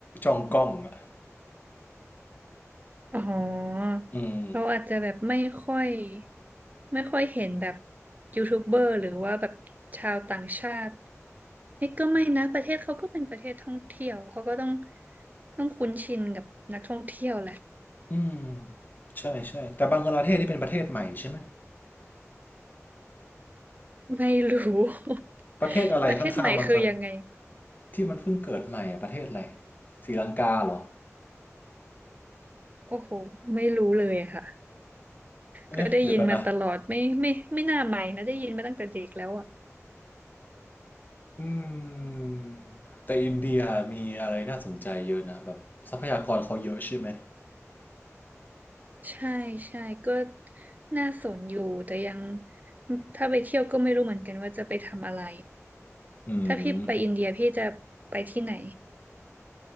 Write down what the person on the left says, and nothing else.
จ้องกล้องอะ
อืม
อืมใช่ใช่แต่บังกลาเทศนี่เป็นประเทศใหม่ใช่ไหม
ประเทศอะไรข้างๆบังกลา
ที่มันเพิ่งเกิดใหม่อะประเทศอะไรศรีลังกาเหรอ
เอ๊ะเดี๋ยวก่อนนะ
อืมแต่อินเดียมีอะไรน่าสนใจเยอะนะแบบทรัพยากรเขาเยอะใช่ไหม
อืม